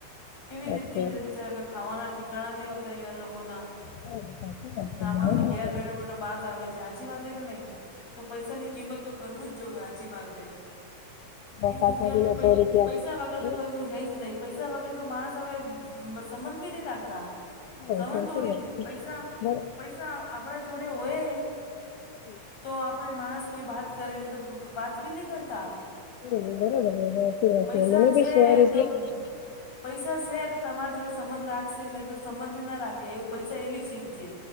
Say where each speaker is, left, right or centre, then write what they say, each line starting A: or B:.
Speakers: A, on the left; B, on the left.
A: કેવી
B: વાત
A: રીતે
B: છે.
A: બિચારા ખાવાના ઠિકકાણા નહી તૈયાર લોગોના
B: હા સાચી વાત છે
A: ને આપણે
B: બરાબર
A: તો
B: છે
A: ઘેર બેઠો બેઠો બાત આવે છે, સાચી વાત કે નઈ? તો પૈસાની કિંમત તો કરવું જ જોઈએ, આચી વાત એ.
B: શાકભાજી
A: એન દુનિયામાં
B: ના
A: પૈ
B: સો રૂપિયા
A: પૈસા વગર
B: હમ
A: તો કઈશું હૈ જ નહીં પૈસા વગર તો માણસ હવે હમ્મ, સંબધ બી ની રાખતા
B: હા
A: સવન
B: સાચી
A: તોડી
B: વાત
A: દે,
B: છે
A: પૈસા
B: બર
A: પૈસા આપડા જોડે હોય.
B: <inaudible>
A: તો આપણે માણસ કોઈ વાત કરે ની તો વાત બી નહી કરતા.
B: હમ્મ, બરોબર છે વાત.
A: પૈસા
B: મને
A: છે
B: બી સો રૂપિયા
A: તો પૈસા સે તો તમારા જોડે સંબંધ રાખશે ન તો સંબંધ ના રાખે એવ પૈસા એવી ચીજ છે.